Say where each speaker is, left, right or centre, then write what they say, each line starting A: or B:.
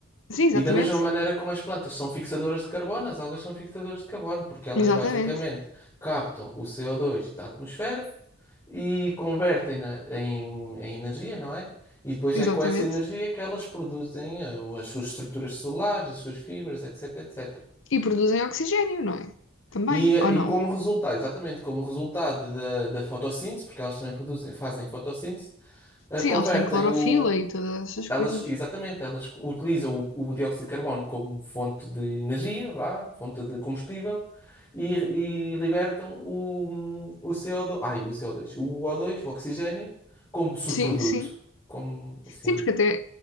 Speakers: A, on the left; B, on the left.
A: Sim, exatamente.
B: E da mesma maneira como as plantas são fixadoras de carbono, as algas são fixadoras de carbono, porque elas
A: Exatamente.
B: basicamente captam o CO2 da atmosfera e convertem-na em, em energia, não é? E depois
A: Exatamente.
B: é com essa energia que elas produzem eh, as suas estruturas celulares, as suas fibras, etc, etc.
A: E produzem oxigênio, não é? Também,
B: E, eh,
A: ou não?
B: e como resultado, exatamente como resultado da, da fotossíntese, porque elas também produzem, fazem fotossíntese, eh, convertem
A: Sim, eles têm clorofila
B: o,
A: e todas essas
B: elas,
A: coisas.
B: exatamente, elas utilizam o, o dióxido de carbono como fonte de energia, vá, fonte de combustível, e, e libertam o, o CO2, ai, o CO2, o O2, o O dois, o oxigênio, como subproduto.
A: Sim, sim.
B: Como, sim,
A: Sim, porque até